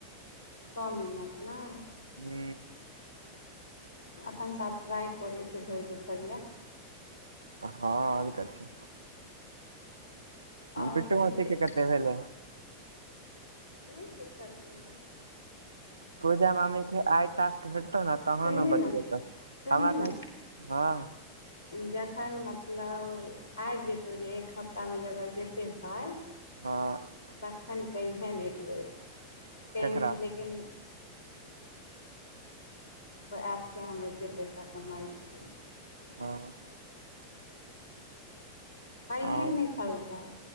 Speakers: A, on the left; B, on the right.
A: स मिनट नहि
B: हू
A: अखनसँ आब ट्राइ करै छियै भरि दुपहरिया
B: ह आओर कथि
A: आओर
B: बिटु
A: कही
B: मौसी
A: रे
B: के कते भेल
A: नहि पुछलियै या
B: पूजा मामी के आय टास्क भटतौ ने तहन
A: सुनही
B: ओ बतियेतौ
A: ने सुनही
B: हमरा
A: ने
B: कहा हँ
A: जखन मतलब आइब जेतौ जे एक हफ्ता मे जगर देतै पाइ
B: हँ
A: तखन कहिहँ एक बेेर कह
B: ककरा
A: कि लेकिन ऐप छै हम एतेक पैसा कमाइ छी
B: हँ
A: कहिए
B: आब
A: नहि फलतै